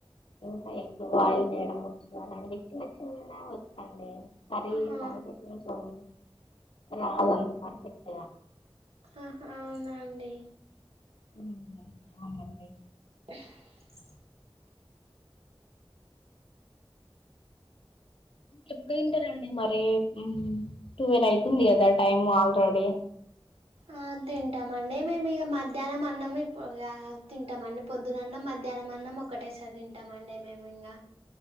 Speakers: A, on the left; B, on the right.
A: ఇంక ఎగ్ బాయిల్ చేేయడంవచ్చు.. అవునండి చిన్న చిన్నగ వచ్చు అండి... మరీ
B: ఆహా
A: <inaudible> రాదంత పర్ఫెక్ట్ గా
B: అహ అవునా అండి.
A: హుమ్ అవునండి.
B: <inaudible>
A: ఎప్పుడు తింటరండి మరీ.. ఉమ్.. టువెల్యితుంది కదా టైమ్ ఆల్రెడీ...
B: ఆ... తింటామండి మేము ఇగ మధ్యాహ్నం అన్నం ఇప్ ఆ తింటామండి పొద్దున అన్నం మధ్యాహ్నం అన్నం ఒకటేసారి తింటామండి మేము ఇంగా